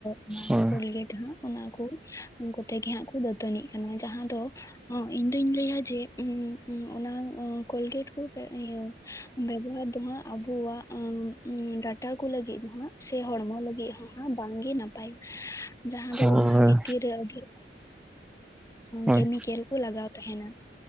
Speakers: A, on the left; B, in the centre.
A: ᱚᱱᱟ
B: ᱦᱳᱭ
A: ᱠᱳᱞᱜᱮᱴ ᱦᱚᱸ ᱚᱱᱟᱠᱩ ᱩᱸ ᱠᱚᱛᱮ ᱜᱮ ᱦᱟᱸᱜ ᱠᱚ ᱫᱟᱹᱛᱟᱹᱱᱤᱜ ᱠᱟᱱᱟ, ᱡᱟᱦᱟᱸ ᱫᱚ ᱦᱚᱸ ᱤᱧᱫᱩᱧ ᱞᱟᱹᱭᱟ ᱡᱮ ᱩᱸ ᱚᱱᱟ ᱠᱚᱞᱜᱮᱴ ᱠᱚ ᱤᱭᱟᱹ ᱵᱮᱵᱚᱦᱟᱨ ᱫᱚ ᱦᱟᱸᱜ ᱟᱵᱚᱣᱟᱜ ᱰᱟᱴᱟ ᱠᱚ ᱞᱟᱹᱜᱤᱫ ᱫᱚ ᱦᱟᱸᱜ ᱥᱮ ᱦᱚᱲᱢᱚ ᱞᱟᱹᱜᱤᱫ ᱦᱚᱸ ᱵᱟᱝᱜᱮ ᱱᱟᱯᱟᱭᱟ ᱡᱟᱦᱟᱸ ᱫᱚ
B: ᱦᱳᱭ
A: ᱚᱱᱟ
B: ᱦᱳᱭ
A: ᱵᱷᱤᱛᱤᱨ ᱨᱮ ᱟᱹᱰᱤ
B: ᱦᱳᱭ
A: ᱠᱮᱢᱤᱠᱮᱞᱠᱩ ᱞᱟᱜᱟᱣ ᱛᱟᱦᱮᱱᱟ